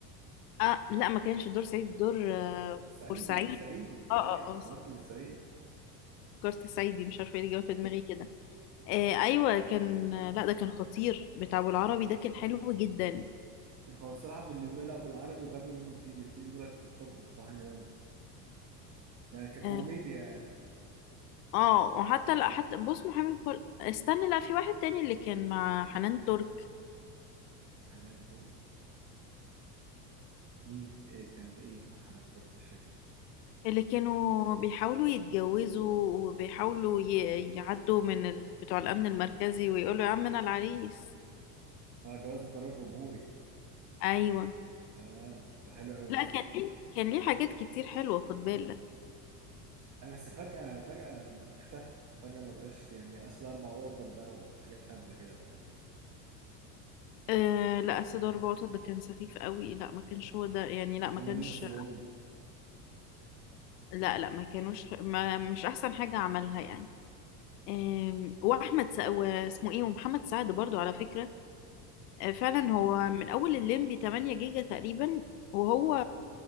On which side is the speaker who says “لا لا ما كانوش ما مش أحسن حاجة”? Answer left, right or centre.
Left